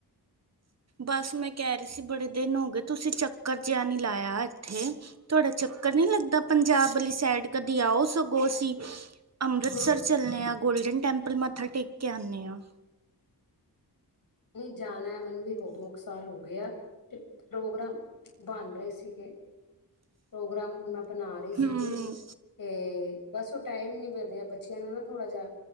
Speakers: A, on the right; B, on the left.
A: ਬਸ ਮੈਂ ਕਹਿ ਰਹੀ ਸੀ ਬੜੇ ਦਿਨ ਹੋ ਗਏ ਤੁਸੀਂ ਚੱਕਰ ਜਿਹਾ ਨਹੀਂ ਲਾਇਆ ਇੱਥੇ। ਤੁਹਾਡਾ ਚੱਕਰ ਨਹੀਂ ਲੱਗਦਾ ਪੰਜਾਬ ਵਾਲੀ ਸਾਈਡ ਕਦੀ ਆਓ ਸਗੋਂ ਅਸੀਂ ਅੰਮ੍ਰਿਤਸਰ
B: ਨਹੀਂ
A: ਚੱਲਨੇ ਆ ਗੋਲਡਨ ਟੈਂਪਲ ਮੱਥਾ ਟੇਕ ਕੇ ਆਨੇ ਆ।
B: ਨਹੀਂ ਜਾਣਾ ਮੈਨੂੰ ਵੀ ਹੋ ਦੋ ਕੁ ਸਾਲ ਹੋ ਗਏ ਆ। ਤੇ ਪ੍ਰੋਗਰਾਮ, ਬਣ ਰਹੇ ਸੀਗੇ। ਪ੍ਰੋਗਰਾਮ ਹੁਣ ਮੈਂ ਬਣਾ ਰਹੀ
A: ਹਮ
B: ਸੀਗੀ। ਤੇ, ਬਸ ਉਹ ਟਾਈਮ ਹੀ ਨਹੀਂ ਮਿਲ ਰਿਹਾ ਬੱਚਿਆਂ ਨੂੰ ਨਾ ਥੋੜ੍ਹਾ ਜਿਹਾ